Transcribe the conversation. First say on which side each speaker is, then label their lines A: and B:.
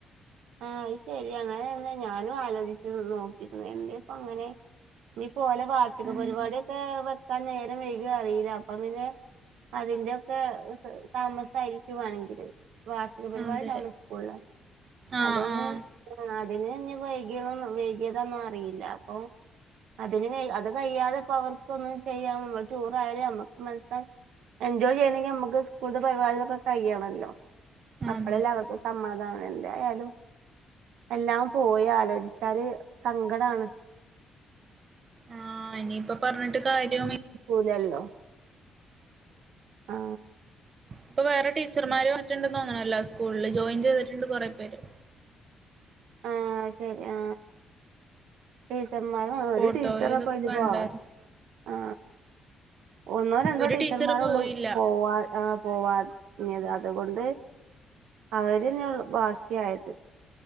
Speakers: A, on the right; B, on the right.
A: ആ അയ് ശരിയാണ് അതന്നെ ഞാനും ആലോചിച്ചു നോക്കിയിരുന്നു എന്തേ ഇപ്പങ്ങനെ? ഇനിപ്പോ ഓലെ വാർഷിക
B: ഉം.
A: പരിപാടിയൊക്കെ വെക്കാൻ നേരം വൈകിയോ അറിയില്ല അപ്പോം പിന്നെ അതിന്റെയൊക്കെ താമസായിരിക്കുവാണെങ്കില് വാർഷിക പരിപാടിണ്ട്
B: അതെ.
A: അവിടെ സ്കൂളില്
B: ആഹ്
A: അതൊന്നും
B: ആഹ്.
A: അതിന് ഇനി വൈകിയതോന്നും വൈകിയതാന്നൊ അറിയില്ല അപ്പൊ അതില് അത് കഴിയാതപ്പോ അവർക്ക് ഒന്നും ചെയ്യാനും ടൂർ ആയാലും അമ്മക്ക് മനസ്സാ എൻജോയ് ചെയ്യണെങ്കി നമുക്ക് സ്കൂൾത്തെ പരിപാടികളൊക്കെ കയ്യണല്ലോ അപ്പളല്ലേ
B: അതെ.
A: അവർക്കും സമാധാനം <unintelligible> ഏതായാലും എല്ലാം പോയി ആലോചിച്ചാല് സങ്കടാണ്
B: ആ ഇനിയിപ്പൊ പറഞ്ഞിട്ട് കാര്യോമി
A: ഊലേല്ലോ ആ
B: ഇപ്പൊ വേറെ ടീച്ചർമാര് വന്ന്ട്ട്ണ്ട് തോന്നണല്ലൊ സ്കൂളില് ജോയിൻ ചെയ്തിട്ടുണ്ട് കൊറേ പേര്
A: ആ ശരി ആ ടീച്ചർമാരും ആ ഒരു
B: ഫോട്ടോ
A: ടീച്ചറപ്പൊ
B: ഇതൊക്കെ
A: അയില്
B: കണ്ടായിരുന്നു.
A: പോവാ ആ ഒന്നോ രണ്ടോ
B: ഒരു
A: ടീച്ചർമാര്
B: ടീച്ചർ പോയില്ല
A: ഉള്ളൂ പോവാ ആ പോവാഞ്ഞത് അതുകൊണ്ട് അവരന്നെ ഉൾ ബാക്കിയായത്